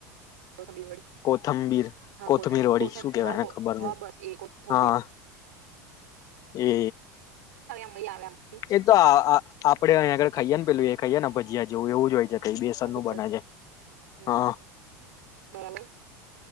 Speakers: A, on the right; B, on the left.
A: કોથમીર વડી
B: કોથંબીર
A: હા
B: કોથમીર
A: કોથમ
B: વડી
A: કોથમ
B: શું કેવાય
A: હા
B: એને
A: કો
B: ખબર
A: હા
B: નઈ.
A: બસ એ કોથમીર
B: હા એ
A: મઈ આવે એમ
B: એ તો આ આ આપડે અહીંયા આગળ ખાઈએ ન પેલું એ ખાઈએ ને ભજીયા જેવું એવું જ હોય છે કઈ બેસન
A: મોટું
B: નું બને
A: કર
B: છે.
A: હમ
B: હા.
A: બરાબર